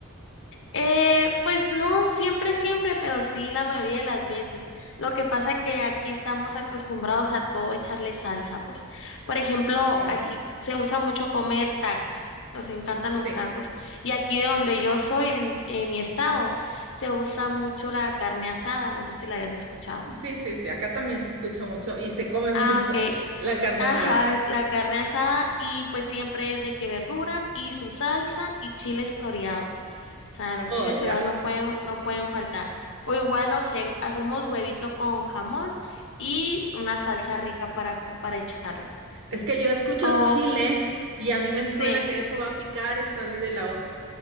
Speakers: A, on the left; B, on the right.
A: Eh, pues no siempre, siempre, pero sí la mayoría de las veces. Lo que pasa que aquí estamos acostumbrados a todo echarle salsa, pues. Por ejemplo,
B: Ya,
A: aquí se usa mucho comer tacos. Nos encantan
B: Sí,
A: los tacos. Y aquí de donde yo soy, en, en mi estado, se usa mucho la carne asada. No sé si la habías escuchado.
B: sí, sí, sí. Acá también se escucha mucho y se come
A: Ah,
B: mucho
A: ok.
B: la carne
A: Ajá,
B: asada.
A: la carne asada y pues siempre es de que verdura y su salsa y chiles toreados. O sea, los
B: Oh,
A: chiles
B: ya.
A: toreados no pueden, no pueden faltar. O igual, no sé, hacemos huevito con jamón y una salsa rica para, para echarle.
B: Es que yo escucho
A: Oh,
B: chile y a mí me
A: sí.
B: suena que eso va a picar esta vida y la otra.